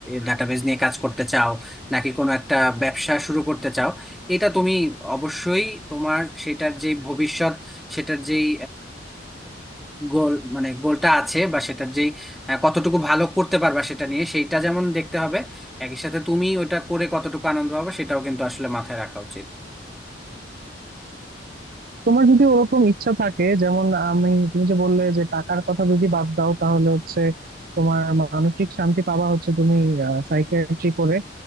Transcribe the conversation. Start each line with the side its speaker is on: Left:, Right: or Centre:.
Centre: ডাটাবেজ নিয়ে কাজ করতে চাও নাকি কোনো একটা ব্যবসা শুরু করতে চাও এটা তুমি অবশ্যই তোমার সেটার যে ভবিষ্যৎ সেটার যেই গোল মানে গোলটা আছে বা সেটার যেই হ্যাঁ, কতটুকু ভালো করতে পারবা সেটা নিয়ে সেইটা যেমন দেখতে হবে একই সাথে তুমি ওটা করে কতটুকু আনন্দ পাবা সেটাও কিন্তু আসলে মাথায় রাখা উচিত
Right: তোমার যদি ওরকম ইচ্ছা থাকে যেমন আমি তুমি যে বললে যে টাকার কথা যদি বাদ দাও তাহলে হচ্ছে তোমার মানসিক শান্তি পাবা হচ্ছে তুমি সাইকিয়াট্রি করে